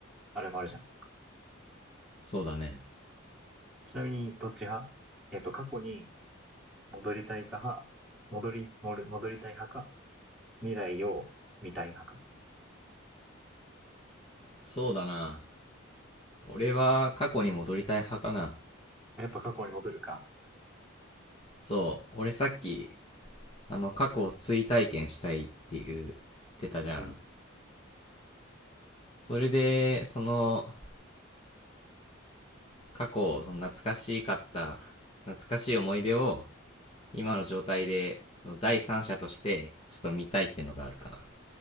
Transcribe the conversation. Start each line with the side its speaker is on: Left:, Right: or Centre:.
Centre: あれもあるじゃん。
Left: そうだね。
Centre: ちなみにどっち派えっと、過去に戻りたいか派、戻り、戻り戻りたい派か、未来を見たい派か。
Left: そうだな。俺は過去に戻りたい派かな。
Centre: やっぱ過去に戻るか。
Left: そう、俺さっきあの、過去を追体験したいって言ってたじゃん。
Centre: うんうん。
Left: それで、その、過去、その懐かしかった、懐かしい思い出を、今の状態で、の第三者として、ちょっと見たいってのがあるかな。